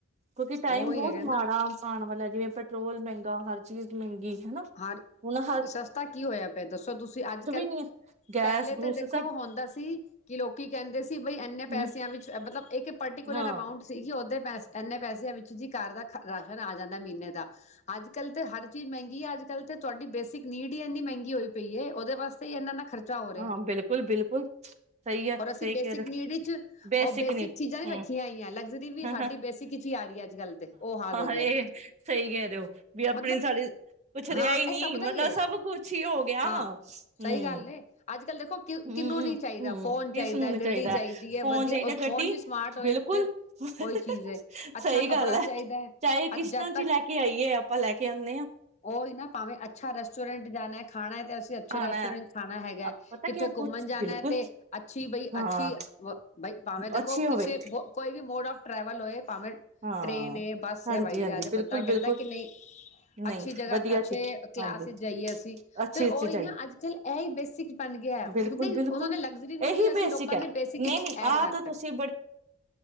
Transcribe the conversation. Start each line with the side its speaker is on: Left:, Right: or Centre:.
Right: ਕਿਉਂਕਿ ਟਾਈਮ
Left: ਉਹੀ
Right: ਬਹੁਤ
Left: ਹੈਗਾ
Right: ਮਾੜਾ
Left: ਨਾ
Right: ਆਉਣ ਵਾਲਾ ਜਿਵੇਂ ਪੈਟਰੋਲ ਮਹਿੰਗਾ ਹਰ ਚੀਜ਼ ਮਹਿੰਗੀ ਹਨਾ
Left: ਹਰ
Right: ਉਹਣ
Left: ਸਸਤਾ ਕੀ ਹੋਇਆ ਪਿਆ ਦੱਸੋ ਤੁਸੀਂ, ਅੱਜ-ਕੱਲ
Right: ਨੀ ਹੈ ਗੈਸ
Left: ਪਹਿਲੇ
Right: ਗੂਸ
Left: ਤਾਂ ਦੇਖੋ
Right: ਸਭ
Left: ਹੁੰਦਾ ਸੀ ਕਿ ਲੋਕੀ ਕਹਿੰਦੇ ਸੀ ਬਈ ਇੰਨੇ
Right: ਹੂੰ
Left: ਪੈਸਿਆਂ ਵਿੱਚ ਮਤਲਬ ਇੱਕ ਪਰਟੀਕੁਲਰ
Right: ਹਾਂ
Left: ਅਮਾਊਂਟ ਸੀਗੀ ਉਹਦੇ ਪੈਸ ਇੰਨੇ ਪੈਸੇ ਵਿੱਚ ਜੀ ਘਰ ਦਾ ਰਾਸ਼ਨ ਆ ਜਾਂਦਾ ਮਹੀਨੇ ਦਾ ਅੱਜ-ਕੱਲ ਤਾਂ ਹਰ ਚੀਜ਼ ਮਹਿੰਗੀ ਆ ਅੱਜ ਚੱਲ ਤੇ ਤੁਹਾਡੀ ਬੇਸਿਕ ਨੀਡ ਹੀ ਇੰਨੀ ਮਹਿੰਗੀ ਹੋਈ ਪਈ ਉਹਦੇ ਵਾਸਤੇ ਹੀ ਇਹਨਾ ਖਰਚਾ ਹੋ ਰਿਹਾ
Right: ਹਾਂ ਬਿਲਕੁਲ-ਬਿਲਕੁਲ ਸਹੀ ਹੈ
Left: ਔਰ ਅਸੀਂ
Right: ਸਹੀ
Left: ਬੇਸਿਕ
Right: ਕਹਿ ਰਹੇ
Left: ਨੀਡ
Right: ਹੋ
Left: ਵਿੱਚ
Right: ਬੇਸਿਕ
Left: ਉਹ
Right: ਨੀ
Left: ਚੀਜ਼ਾਂ ਹੀ ਰੱਖੀਆਂ
Right: ਹੂ
Left: ਹੋਈਆਂ ਲਗਜ਼ਰੀ ਵੀ
Right: ਹਾਂ
Left: ਸਾਡੀ
Right: ਹਾਂ
Left: ਬੇਸਿਕ ਵਿੱਚ ਹੀ ਆ ਰਹੀ ਹੈ ਅੱਜ ਕੱਲ੍ਹ ਤੇ ਉਹ ਹਾਲ ਹੋ ਗਿਆ
Right: ਇਹ ਸਹੀ ਕਹਿ ਰਹੇ ਹੋ ਵੀ ਆਪਣੀ
Left: ਮਤਲਬ
Right: ਸਾਡੀ ਕੁੱਛ ਰਿਹਾ
Left: ਹਾਂ
Right: ਹੀ ਨਹੀਂ
Left: ਇਹ ਸਭ ਦਾ
Right: ਮਤਲਬ
Left: ਹੀ ਹੈ
Right: ਸਭ ਕੁਛ ਹੀ ਹੋਗਿਆ
Left: ਹਾਂ
Right: ਹਮ
Left: ਸਹੀ ਗੱਲ ਏ ਅੱਜ ਕੱਲ੍ਹ ਦੇਖੋ ਕਿ
Right: ਹਮ
Left: ਕਿਹਨੂੰ ਨੀ
Right: ਹਮ
Left: ਚਾਹੀਦਾ ਫੋਨ
Right: ਕਿਸਨੂੰ ਨੀ
Left: ਗੱਡੀ
Right: ਚਾਹੀਦਾ
Left: ਚਾਹੀਦੀ
Right: ਹੈ ਫੋਨ
Left: ਵਧੀਆ
Right: ਚਾਹੀਦਾ,
Left: ਔਰ
Right: ਗੱਡੀ
Left: ਫੋਨ ਵੀ ਸਮਾਰਟ ਹੋਏ
Right: ਬਿਲਕੁਲ
Left: ਫਿਰ
Right: ਸਹੀ
Left: ਉਹੀ ਚੀਜ਼ ਹੈ ਅੱਛਾ ਕੱਪੜਾ
Right: ਗੱਲ ਹੈ
Left: ਚਾਹੀਦਾ ਹੈ
Right: ਚਾਹੇ ਕਿਸ਼ਤਾਂ
Left: ਜਦ
Right: ਚ
Left: ਤੱਕ
Right: ਹੀ ਲੈ ਕੇ ਆਈਏ ਆਪਾਂ ਲੈ ਕੇ ਆਉਂਦੇ ਹਾਂ
Left: ਉਹਹੀ ਨਾ ਭਾਵੇਂ ਅੱਛਾ ਰੈਸਟੋਰੈਂਟ ਜਾਣਾ ਹੈ ਖਾਣਾ ਹੈ ਤੇ ਅਸੀਂ ਅੱਛੇ
Right: ਹਾਂ
Left: ਰੈਸਟੋਰੈਂਟ
Right: ਆਣਾ
Left: ਖਾਣਾ ਹੈਗਾ
Right: ਅ
Left: ਹੈ
Right: ਪਤਾ
Left: ਕਿੱਥੇ
Right: ਕੀ
Left: ਘੁੰਮਣ
Right: ਕੁਛ
Left: ਜਾਣਾ
Right: ਬਿਲਕੁਲ
Left: ਹੈ ਤੇ ਅੱਛੀ, ਬਈ
Right: ਹਾਂ
Left: ਅੱਛੀ ਬਈ ਭਾਵੇਂ ਦੇਖੋ
Right: ਅੱਛੀ ਹੋਵੇ
Left: ਕਿਸੇ ਕੋਈ ਵੀ ਮੋਡ ਆਫ ਟ੍ਰੇਵਲ <inaudible> ਭਾਵੇਂ
Right: ਹਾਂ
Left: ਟ੍ਰੇਨ ਏ, ਬੱਸ
Right: ਹਾਂਜੀ
Left: ਹੈ, ਵਾਈਜਹਾਜੇ
Right: ਹਾਂਜੀ ਬਿਲਕੁਲ
Left: ਬੰਦਾ ਕਹਿੰਦਾ
Right: ਬਿਲਕੁਲ
Left: ਕਿ ਨਹੀਂ
Right: ਨਹੀਂ
Left: ਅੱਛੀ ਜਗ੍ਹਾ
Right: ਵਧੀਆ
Left: ਅੱਛੇ
Right: ਚ
Left: ਕਲਾਸ
Right: ਹਾਂਜੀ
Left: ਜਾਈਏ ਅਸੀਂ
Right: ਅੱਛੀ
Left: ਤੇ
Right: ਅੱਛੀ
Left: ਉਹੀ
Right: ਚਾਹੀਏ
Left: ਨਾ ਅੱਜ-ਕੱਲ੍ਹ ਇਹਹੀ ਬੇਸਿਕ ਬਣ ਗਿਆ।
Right: ਬਿਲਕੁਲ
Left: ਉਹਨਾਂ
Right: ਬਿਲਕੁਲ
Left: ਨੇ ਲਗਜ਼ਰੀ ਨੂੰ
Right: ਇਹੀ
Left: ਵੀ ਅਸੀਂ
Right: ਬੇਸਿਕ
Left: ਲੋਕਾਂ
Right: ਹੈ
Left: ਨੇ ਬੇਸਿਕ
Right: ਨਹੀਂ ਨਹੀਂ
Left: ਐਡ
Right: ਆਹ
Left: ਕਰਤਾ
Right: ਤਾਂ ਤੁਸੀਂ